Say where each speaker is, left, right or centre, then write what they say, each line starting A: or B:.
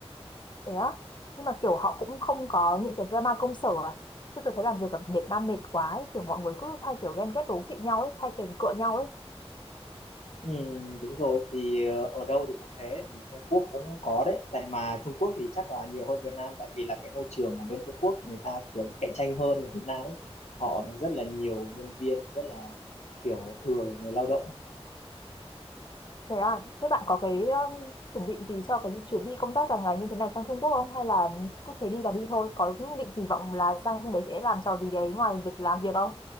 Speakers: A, on the left; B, on the left.
A: thế á. Nhưng mà kiểu họ cũng không có những cái drama công sở à. Chứ tớ thấy làm việc ở Việt Nam mệt quá ấy, kiểu mọi người cứ hay kiểu ghen ghét đố kỵ nhau ấy, hay kèn cựa nhau ấy.
B: Ừ, đúng rồi thì ờ, ở đâu thì cũng thế thì Trung Quốc cũng có đấy tại mà Trung Quốc thì chắc là nhiều hơn Việt Nam tại vì là cái môi trường ở bên Trung Quốc người ta kiểu cạnh tranh hơn ở Việt Nam ấy họ rất là nhiều nhân viên rất là kiểu thừa người lao động
A: Thế à, thế bạn có cái um, chuẩn bị gì cho cái chuyến đi công tác dài ngày như thế này sang Trung Quốc không? Hay là cứ thế đi là đi thôi? Có những định kỳ vọng là sang bên đấy sẽ làm trò gì đấy ngoài việc làm việc không?